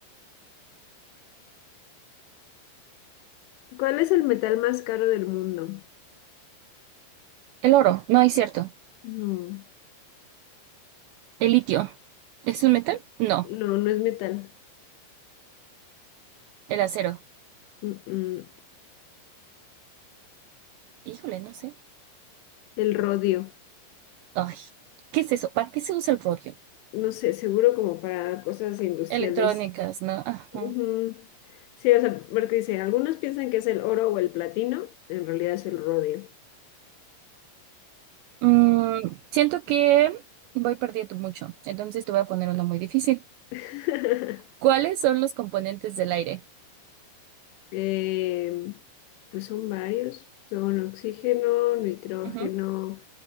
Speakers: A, on the left; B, on the right.
A: ¿cuál es el metal más caro del mundo?
B: El oro, no es cierto.
A: No,
B: El litio, ¿es un metal? No.
A: no, no es metal.
B: El acero,
A: Mm, mm.
B: híjole, no sé.
A: El rodio.
B: Ay, ¿qué es eso? ¿Para qué se usa el rodio?
A: No sé, seguro como para cosas industriales.
B: Electrónicas, ¿no? Ajá.
A: Ujú. Sí, o sea, porque dice, algunos piensan que es el oro o el platino, en realidad es el rodio.
B: Mm, siento que voy perdiendo mucho, entonces te voy a poner una muy difícil.
A: <laughs>
B: ¿Cuáles son los componentes del aire?
A: Em, pues son varios, son oxígeno, nitrógeno,
B: Ujú.